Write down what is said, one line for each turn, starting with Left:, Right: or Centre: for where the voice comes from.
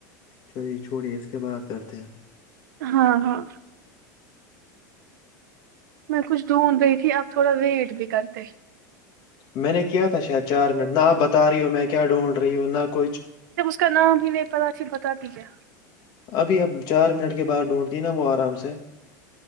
Left: چلیے چھوڑیے اس کے بعد کرتے ہیں
Right: ہاں ہاں میں کچھ ڈھونڈ رہی تھی آپ تھوڑا ویٹ بھی کرتے
Left: میں نے کیا تھا شاید چار منٹ نہ آ بتا رہی ہوں میں کیا ڈھونڈ رہی ہوں نہ کچھ
Right: جب اس کا نام ہی نہیں پتا اچھا بتا دی کیا
Left: ابھی اب چار منٹ کے بعد ڈھونڈتی نا وہ آرام سے